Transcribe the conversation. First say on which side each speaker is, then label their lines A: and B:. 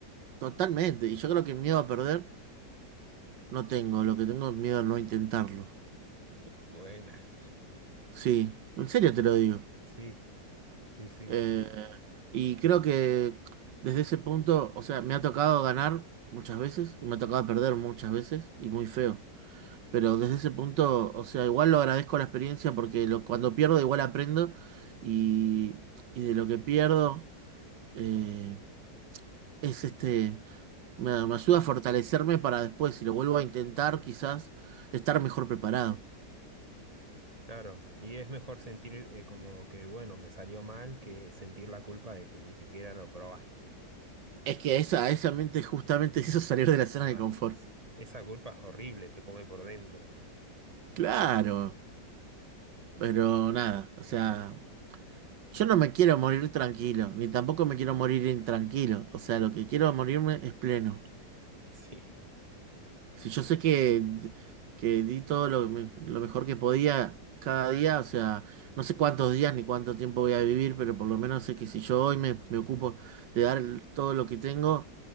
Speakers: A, on the right; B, on the right.
A: totalmente, y yo creo que miedo a perder no tengo, lo que tengo es miedo a no intentarlo.
B: Buena.
A: Sí, en serio te lo digo.
B: Sí, sí, sí,
A: Eh, y creo que desde ese punto, o sea, me ha tocado ganar muchas veces y me ha tocado perder muchas veces y muy feo. Pero desde ese punto, o sea, igual lo agradezco la experiencia porque lo, cuando pierdo igual aprendo y, y de lo que pierdo eh, es este... Me, me ayuda a fortalecerme para después, si lo vuelvo a intentar, quizás estar mejor preparado.
B: claro. Y es mejor sentir eh, como que, bueno, me salió mal que sentir la culpa de que ni siquiera lo probaste.
A: Es que esa, esa mente justamente <laughs> hizo salir de la zona
B: Ah,
A: de confort.
B: sí, esa culpa es horrible, te come por dentro.
A: Claro, pero nada, o sea, yo no me quiero morir tranquilo, ni tampoco me quiero morir intranquilo. O sea, lo que quiero morirme es pleno.
B: Sí.
A: Si yo sé que, que di todo lo, me- lo mejor que podía cada día, o sea, no sé cuántos días ni cuánto tiempo voy a vivir, pero por lo menos sé que si yo hoy me, me ocupo de dar el- todo lo que tengo,